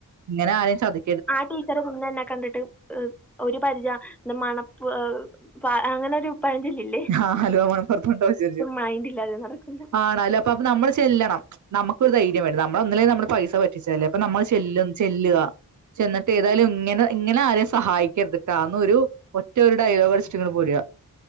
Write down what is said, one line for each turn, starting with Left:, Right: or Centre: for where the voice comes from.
Right: ഇങ്ങനെ ആരെയും ചതി
Centre: ആ ടീച്ചറ് മുന്നെന്നെ കണ്ട്ട്ട് ഒരു പരിച മണപ്പു ഏ പ അങ്ങനെ ഒരു പഴഞ്ചോല്ലില്ലേ?
Right: ഹാ ആലുവ മണപൊറത്തണ്ട പരിജല്ല്യ.
Centre: മൈൻഡ് ഇല്ലാതെ നടക്കുന്നു
Right: ആടാ ല്ല അപ്പ അപ്പ നമ്മള് ചെല്ലണം. നമുക്കൊരു ധൈര്യ വേരു നമ്മള ഒന്നില്ലേ നമ്മള് പൈസ പറ്റിച്ചല്ലേ അപ്പൊ നമ്മള് ചെല്ലു ചെല്ലുക. ചെന്നിട്ട് ഏതായാലും ഇങ്ങനെ ഇങ്ങനെ ആരെയും സഹായിക്കരുതിട്ടാ ന്ന് ഒരു ഒറ്റ ഒരു ഡയലോഗ് അടിച്ചിട്ട് ഇങ്ങട് പോര്ക.